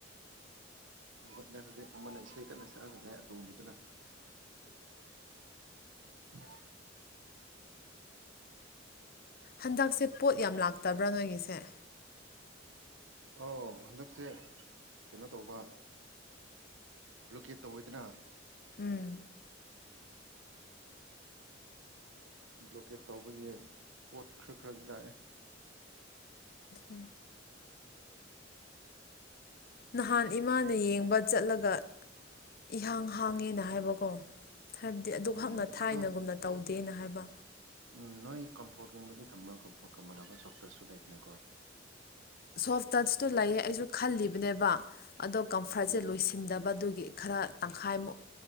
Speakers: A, on the right (about 85°); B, on the left (about 50°).
A: ꯍꯧꯒꯠꯂꯦ ꯍꯧꯖꯤꯛ ꯑꯃꯅ ꯏꯁꯩ ꯀꯟꯅ ꯁꯛꯍꯒꯂꯦ ꯑꯇꯣꯕꯗꯨꯅ ꯑ
B: ꯍꯟꯗꯛꯁꯦ ꯄꯣꯠ ꯌꯥꯝ ꯂꯥꯛꯇꯕ꯭ꯔꯥ ꯅꯣꯏꯒꯤꯁꯦ
A: ꯑ ꯍꯟꯗꯛꯁꯦ ꯀꯩꯅꯣ ꯇꯧꯕ ꯂꯨꯀꯦꯠ ꯇꯧꯋꯤꯗꯅ
B: ꯎꯝ
A: ꯕ꯭ꯂꯣꯀꯦꯠ ꯇꯧꯕꯒꯤ ꯄꯣꯠ ꯈꯔ ꯈꯔꯗꯤ ꯂꯥꯛꯑꯦ
B: ꯑꯝ ꯅꯍꯥꯟ ꯏꯃꯥꯅ ꯌꯦꯡꯕ ꯆꯠꯂꯒ ꯏꯍꯥꯡ ꯍꯥꯡꯉꯦꯅ ꯍꯥꯏꯕꯀꯣ ꯍꯥꯏꯕꯗꯤ ꯑꯗꯨꯛ
A: ꯎꯝ
B: ꯍꯅ ꯊꯥꯏꯅꯒꯨꯝꯅ
A: ꯑꯗꯣ
B: ꯇꯧꯗꯦꯅ ꯍꯥꯏꯕ
A: ꯎꯝ ꯅꯣꯏ ꯀꯝꯐꯣꯔꯠꯀꯨꯝꯕꯗꯤ ꯊꯝꯃꯣ ꯀꯝꯐꯣꯔꯠ ꯀꯃꯜꯅꯕ ꯁꯣꯞꯇꯁꯨ ꯂꯩꯕꯅꯦꯀꯣ
B: ꯁꯣꯐ ꯇꯁꯇꯨ ꯂꯩꯌꯦ ꯑꯩꯁꯨ ꯈꯜꯂꯤꯕꯅꯦꯕ ꯑꯗꯣ ꯀꯝꯐꯔꯠꯁꯦ
A: ꯎꯝ
B: ꯂꯣꯏꯁꯤꯟꯗꯕ ꯑꯗꯨꯒꯤ ꯒꯤ ꯈꯔ ꯇꯪꯈꯥꯏꯃꯨꯛ